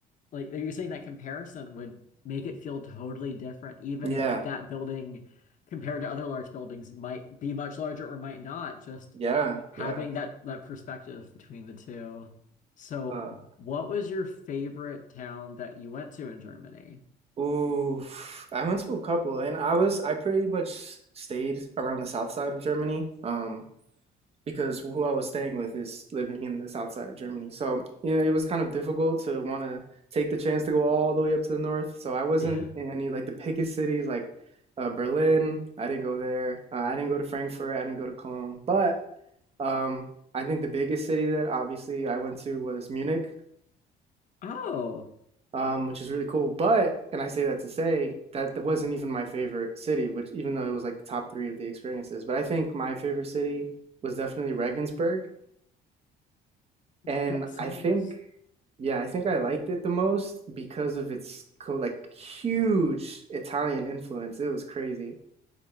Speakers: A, on the left; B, on the right.
A: Like, are you saying that comparison would make it feel totally different, even
B: Yeah,
A: if that building compared to other large buildings might be much larger or might not, just
B: yeah,
A: having
B: yeah.
A: that that perspective between the two. So,
B: Uh,
A: what was your favorite town that you went to in Germany?
B: Ooh, I went to a couple, and I was I pretty much stayed around the south side of Germany, um, because who I was staying with is living in the south side of Germany. So, you know, it was kind of difficult to want to take the chance to go all the way up to the north. So I wasn't
A: Yeah.
B: in any like the biggest cities like uh, Berlin. I didn't go there. Uh, I didn't go to Frankfurt. I didn't go to Cologne. But um, I think the biggest city that obviously I went to was Munich
A: Oh,
B: um, which is really cool. But, and I say that to say that that wasn't even my favorite city, which even though it was like the top three of the experiences, but I think my favorite city was definitely Regensburg, and
A: that sounds
B: I think yeah, I think I liked it the most because of its co like huge Italian influence. It was crazy.